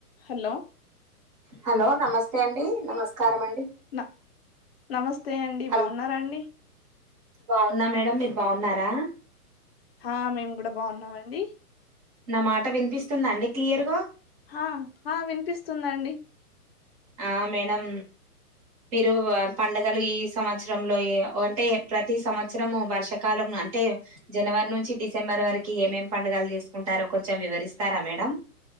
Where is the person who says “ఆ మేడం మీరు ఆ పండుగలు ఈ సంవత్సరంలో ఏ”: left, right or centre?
Right